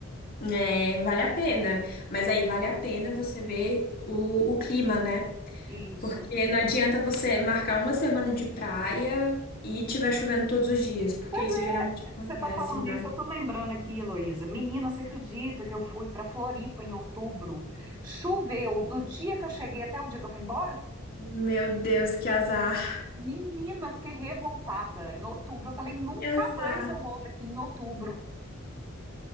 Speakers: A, on the left (about 40°); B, on the right (about 20°).
A: É, vale a pena. Mas aí vale a pena você ver o, o clima, né?
B: Isso.
A: Porque não adianta você marcar uma semana de praia e tiver chovendo todos os dias, porque
B: Pois
A: isso
B: é,
A: geralmente acontece,
B: você está falando
A: né?
B: isso, eu estou lembrando aqui, Heloísa. Menina, você acredita que eu fui para Floripa em outubro? Choveu do dia que eu cheguei até o dia que eu fui embora?
A: Meu Deus, que azar.
B: Menina, fiquei revoltada. Em outubro, eu falei, nunca
A: Que azar.
B: mais eu volto aqui em outubro.